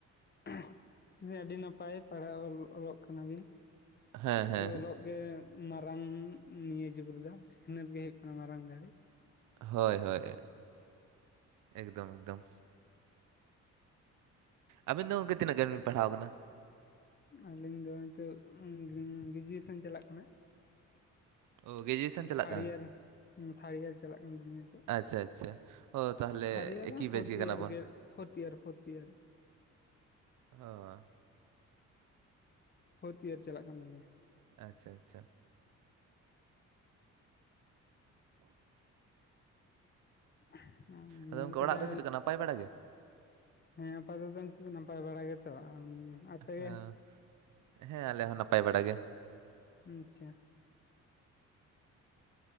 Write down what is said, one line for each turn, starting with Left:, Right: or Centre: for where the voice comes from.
Left: <unintelligible> ᱟᱹᱰᱤ ᱱᱟᱯᱟᱭ ᱯᱟᱲᱦᱟᱣ ᱚᱞᱚᱜ ᱠᱟᱱᱟᱵᱤᱱ
Right: ᱦᱮᱸ
Left: ᱛᱚ
Right: ᱦᱮᱸ
Left: ᱚᱞᱚᱜ ᱜᱮ ᱢᱟᱨᱟᱝ ᱱᱤᱭᱟᱹ ᱡᱩᱜᱽ ᱨᱮᱫᱚ ᱥᱤᱠᱷᱱᱟᱹᱛ ᱜᱮ ᱦᱩᱭᱩᱜ ᱠᱟᱱᱟ ᱢᱟᱨᱟᱝ ᱫᱟᱹᱲᱮ᱾
Right: ᱦᱳᱭ ᱦᱳᱭ ᱮᱠᱫᱚᱢ ᱮᱠᱫᱚᱢ ᱟᱹᱵᱤᱱ ᱫᱚ ᱜᱚᱝᱠᱮ ᱛᱤᱱᱟᱹᱜ ᱜᱟᱱ ᱵᱤᱱ ᱯᱟᱲᱦᱟᱣ ᱟᱠᱟᱱᱟ?
Left: ᱟᱹᱞᱤᱧ ᱫᱚ ᱱᱤᱛᱚᱜ ᱜᱨᱮᱡᱩᱭᱮᱥᱚᱱ ᱪᱟᱞᱟᱜ ᱠᱟᱱᱟ᱾
Right: ᱚ ᱜᱨᱮᱡᱩᱭᱮᱥᱚᱱ ᱪᱟᱞᱟᱜ
Left: ᱛᱷᱟᱨᱰ
Right: ᱠᱟᱱᱟ
Left: ᱤᱭᱟᱨ ᱛᱷᱟᱨᱰ ᱤᱭᱟᱨ ᱪᱟᱞᱟᱜ ᱠᱟᱱ ᱛᱤᱧᱟ ᱱᱤᱛᱳᱜ᱾
Right: ᱟᱪᱷᱟ ᱟᱪᱷᱟ ᱚ ᱛᱟᱦᱚᱞᱮ
Left: ᱛᱷᱟᱨᱰ ᱤᱭᱟᱨ
Right: ᱮᱠᱤ
Left: ᱯᱷᱳᱨᱛᱷ
Right: ᱵᱮᱪ
Left: ᱤᱭᱟᱨ
Right: ᱠᱟᱱᱟ ᱵᱚᱱ
Left: ᱜᱮ ᱯᱷᱳᱨᱛᱷ ᱤᱭᱟᱨ ᱯᱷᱳᱨᱛᱷ ᱤᱭᱟᱨ
Right: ᱚ
Left: ᱯᱷᱳᱨᱛ ᱤᱭᱟᱨ ᱪᱟᱞᱟᱜ ᱠᱟᱱ ᱛᱟᱞᱤᱧᱟᱹ᱾
Right: ᱟᱪᱷᱟ ᱟᱪᱷᱟ
Left: <unintelligible>
Right: ᱟᱫᱚ
Left: ᱜᱚᱝᱠᱮ
Right: ᱚᱱᱠᱟ ᱚᱲᱟᱜ
Left: ᱛᱟᱦᱚᱞᱮ
Right: ᱨᱮ ᱪᱮᱫᱮ ᱞᱮᱠᱟ ᱱᱟᱯᱟᱭ ᱵᱟᱲᱟᱜ ᱜᱮ?
Left: ᱦᱮᱸ ᱟᱯᱟᱛᱚ ᱱᱤᱛᱚᱜ ᱫᱚ ᱱᱟᱯᱟᱭ ᱵᱟᱲᱟ ᱜᱮᱛᱚ᱾ ᱟᱯᱮ
Right: ᱦᱮᱸ ᱦᱮᱸ ᱟᱞᱮ ᱦᱚᱸ ᱱᱟᱯᱟᱭ ᱵᱟᱲᱟ ᱜᱮ᱾
Left: ᱟᱪᱷᱟ